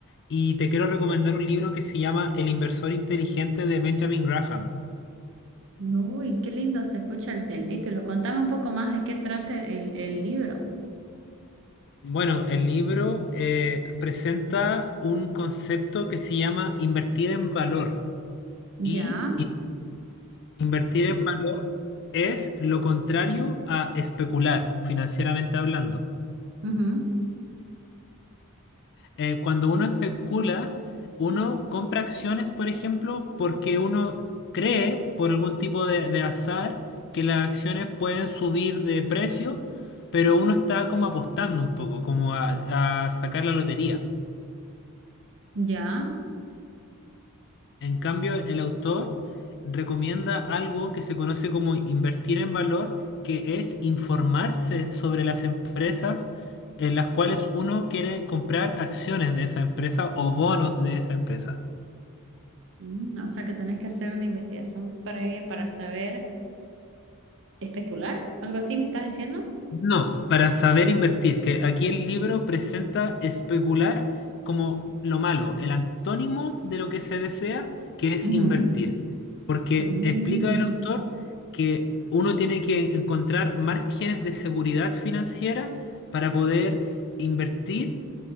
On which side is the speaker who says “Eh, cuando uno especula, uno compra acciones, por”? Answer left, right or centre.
Left